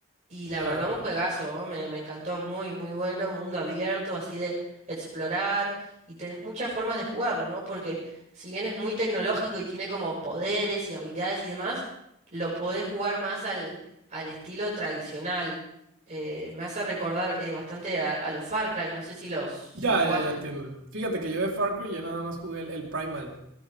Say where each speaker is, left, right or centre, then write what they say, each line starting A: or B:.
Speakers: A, on the right; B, on the right.
A: Y
B: ya.
A: la verdad, un juegazo, ¿no? Me, me encantó, muy, muy bueno, mundo abierto, así de explorar. Y tenés muchas formas de jugarlo, ¿no? Porque si bien es muy tecnológico y tiene como poderes y habilidades y demás, lo podés jugar más al, al estilo tradicional eh, me hace recordar eh, bastante a, a los Far Cry, no sé si los, si
B: Ya,
A: los jugaste.
B: ya, ya entiendo. Fíjate que yo de Far Cry ya nada más jugué el, el Primal.